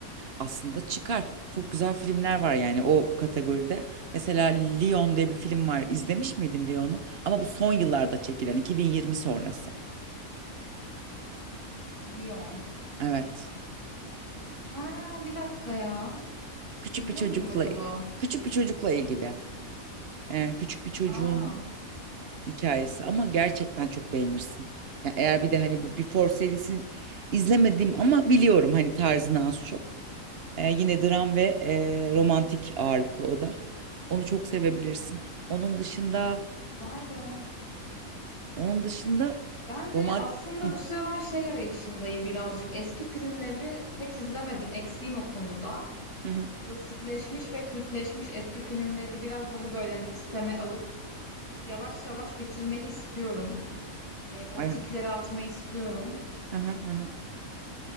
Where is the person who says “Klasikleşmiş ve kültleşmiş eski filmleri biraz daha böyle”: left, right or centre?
Left